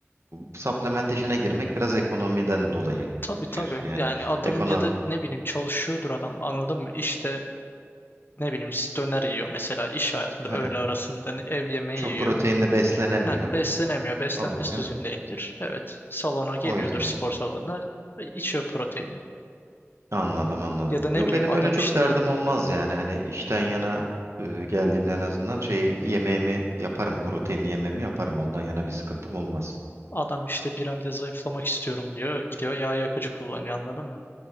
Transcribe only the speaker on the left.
Tabii tabii
yani adam
ya da ne bileyim çalışıyordur adam anladın mı? İşte ne bileyim döner yiyor mesela iş hayatında
öğle arasında ev yemeği
yiyor.
Heh, beslenemiyor. Beslenmesi
düzgün değildir. Evet. Salona geliyordur
spor salonuna. içiyor proteinini.
Ya da ne
bileyim
adam
işte
adam işte bir ayda zayıflamak istiyorum diyor. Gidiyor yağ yakıcı kullanıyor anladın mı?